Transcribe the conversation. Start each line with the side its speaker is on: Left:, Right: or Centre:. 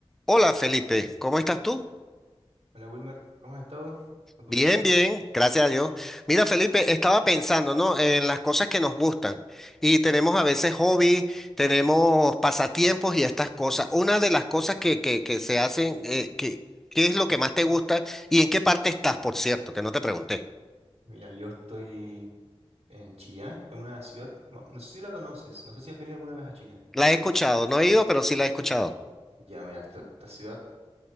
Centre: Hola Felipe, ¿cómo estás tú?
Right: Hola Wilmer, ¿cómo has estado? ¿Cuánto
Centre: Bien,
Right: tiempo?
Centre: bien, gracias a Dios. Mira Felipe, estaba pensando, ¿no? En las cosas que nos gustan y tenemos a veces hobby, tenemos pasatiempos y estas cosas. Una de las cosas que, que, que se hacen, eh, que, ¿qué es lo que más te gusta y en qué parte estás, por cierto, que no te pregunté?
Right: Mira, yo estoy en Chillán, en una ciudad, ma- no sé si la conoces, no sé si has venido alguna vez a Chile.
Centre: La he escuchado, no he ido, pero sí la he escuchado.
Right: Ya, mira, esta, esta ciudad,